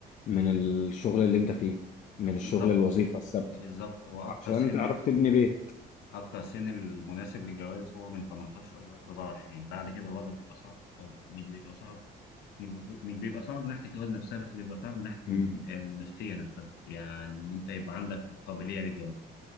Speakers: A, on the left (about 50°); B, on the left (about 75°).
A: من الشغل اللي انت فيه من
B: بالظبط
A: الشغل الوظيفة الثابتة
B: بالظبط هو
A: عشان
B: اكتر سن
A: تعرف تبني بيت
B: اكتر سن المناسب للجواز هو من 18 لغايه 24 بعد كده الوضع بيبقى صعب او مش بيبقى صعب بيبقى- مش بيبقى صعب من ناحيه الجواز نفسها بس بيبقى صعب من ناحيه
A: امم
B: الن- النفسيه نفسها يعني ان انت يبقى عندك القابليه للجواز